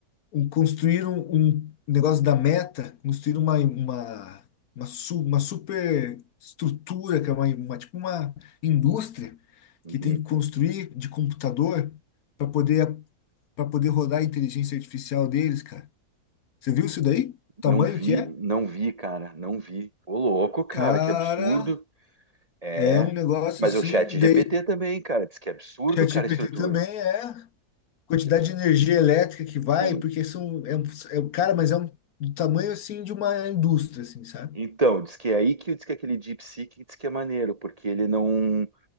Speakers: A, on the left (about 70°); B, on the right (about 30°).
A: um- construíram um negócio da Meta, construíram uma, uma, uma, su- uma super estrutura, que é uma, uma- tipo uma indústria
B: uhum.
A: que tem que construir de computador para poder, para poder rodar a inteligência artificial deles, cara. Você viu isso daí? O tamanho
B: Não vi,
A: que é?
B: não vi, cara, não vi. Ô, louco, cara,
A: Cara,
B: que absurdo. É,
A: é um negócio
B: mas
A: assim,
B: é o chat
A: e daí
B: GPT também, cara, diz que é absurdo,
A: ChatGPT
B: cara, a estrutura.
A: também é. quantidade
B: Que abs-
A: de energia elétrica que vai,
B: Sim.
A: porque são, é, um- é, um- cara, mas é um, do tamanho, assim, de uma indústria, assim, sabe?
B: Então, diz que é aí que diz que é aquele DeepSeek diz que é maneiro, porque ele não,